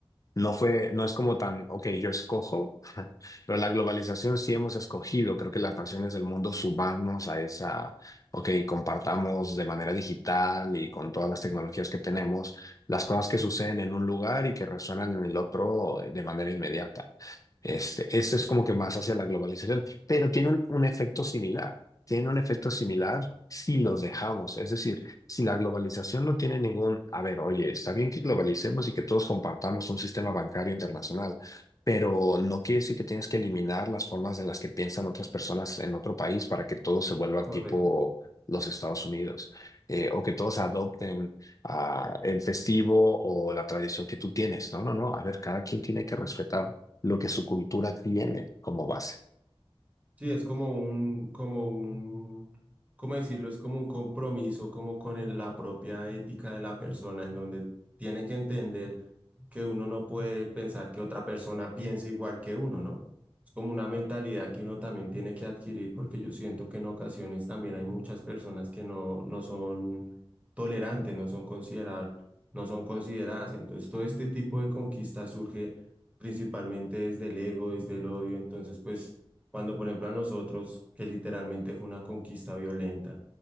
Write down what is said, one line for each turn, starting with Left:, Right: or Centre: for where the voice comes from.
Left: no fue, no es como tan, ok, yo escojo, <laughs> pero la globalización sí hemos escogido. Creo que las naciones del mundo subamos a esa, ok, compartamos de manera digital y con todas las tecnologías que tenemos, las cosas que suceden en un lugar y que resuenan en el otro de manera inmediata. Este, ese es como que más hacia la globalización, pero tiene un, un efecto similar. Tiene un efecto similar si los dejamos. Es decir, si la globalización no tiene ningún, a ver, oye, está bien que globalicemos y que todos compartamos un sistema bancario internacional, pero no quiere decir que tienes que eliminar las formas en las que piensan otras personas en otro país para que todo se vuelva
Right: Correcto.
Left: tipo los Estados Unidos, eh, o que todos adopten ah, el festivo o la tradición que tú tienes. No, no, no. A ver, cada quien tiene que respetar lo que su cultura tiene como base.
Right: Sí, es como un, como un, ¿cómo decirlo? Es como un compromiso, como con el- la propia ética de la persona, en donde tiene que entender que uno no puede pensar que otra persona piense igual que uno, ¿no? Es como una mentalidad que uno también tiene que adquirir, porque yo siento que en ocasiones también hay muchas personas que no, no son tolerantes, no son considerar, no son consideradas. Entonces, todo este tipo de conquista surge principalmente desde el ego, desde el odio. Entonces, pues cuando por ejemplo a nosotros, que literalmente fue una conquista violenta.